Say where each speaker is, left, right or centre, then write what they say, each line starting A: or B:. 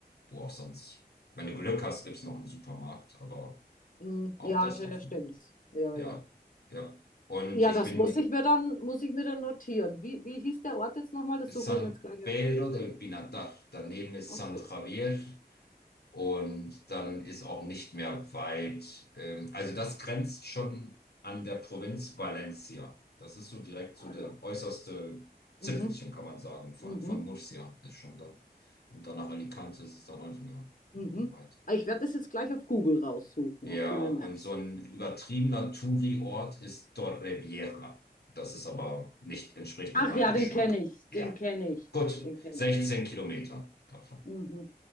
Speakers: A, on the left; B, on the left.
A: Wo auch sonst, wenn du Glück hast, gibt es noch einen Supermarkt, aber.
B: Mhm.
A: Auch
B: Ja,
A: das
B: sch-
A: hoffen.
B: ja, stimmt. Ja,
A: Ja,
B: ja.
A: ja. Und
B: Ja,
A: ich
B: das
A: bin
B: muss ich mir dann, muss ich mir dann notieren. Wie, wie hieß der Ort jetzt nochmal? Das
A: San
B: suche ich mir jetzt gleich.
A: Pedro
B: auf.
A: del Pinatar. Daneben ist
B: Okay.
A: San Javier. Und dann ist auch nicht mehr weit. Ähm, also das grenzt schon an der Provinz Valencia. Das ist so direkt so
B: Ah
A: der
B: ja.
A: äußerste
B: Mhm.
A: Zipfelchen, kann man sagen, von,
B: Mhm.
A: von Murcia ist schon da. Und dann nach Alicante ist es dann auch nicht mehr,
B: Mhm.
A: nicht mehr weit.
B: Aber Ich werde das jetzt gleich auf Google raussuchen,
A: Ja,
B: auf Google
A: und
B: Maps.
A: so ein übertriebener Touri-Ort ist Torrevieja. Das ist aber nicht, entspricht
B: Ach
A: nicht meinem
B: ja,
A: Geschmack.
B: den kenne ich, den
A: Ja,
B: kenne ich,
A: gut,
B: den kenne
A: 16
B: ich.
A: Kilometer davon.
B: Mhm.